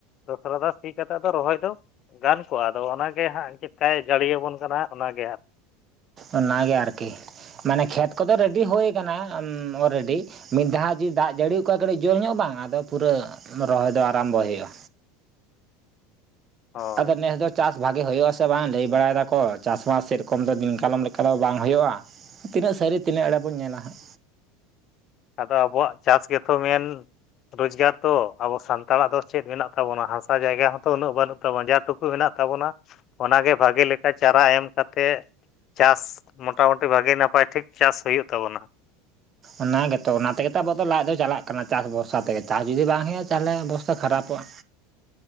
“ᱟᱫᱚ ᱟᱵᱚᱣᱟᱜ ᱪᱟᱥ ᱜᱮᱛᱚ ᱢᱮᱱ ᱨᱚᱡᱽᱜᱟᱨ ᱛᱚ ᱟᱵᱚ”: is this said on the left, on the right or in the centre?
Left